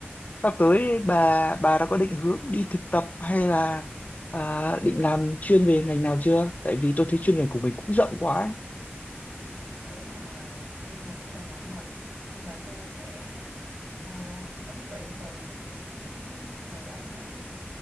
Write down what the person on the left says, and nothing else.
sắp tới bà bà đã có định hướng đi thực tập hay là ờ, định làm chuyên về ngành nào chưa? Tại vì tôi thấy chuyên ngành của mình cũng rộng quá ấy.